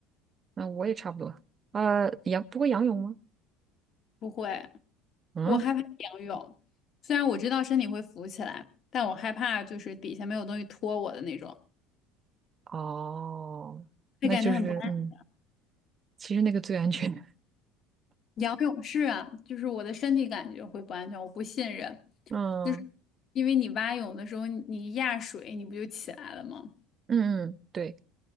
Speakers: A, on the right; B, on the left.
A: 那我也差不多。呃，仰，不过仰泳吗？
B: 不会，
A: 嗯，
B: 我害怕仰泳，虽然我知道身体会浮起来，但我害怕就是底下没有东西托我的那种，
A: 哦，那就是嗯，
B: 会感觉很不。安。
A: 其实那个最安全。<laughs>
B: 不用，是啊，就是我的身体感觉会不安全，我不信任，
A: 嗯
B: 就是因为你蛙泳的时候，你你一压水，你不就起来了吗？
A: 嗯嗯，对，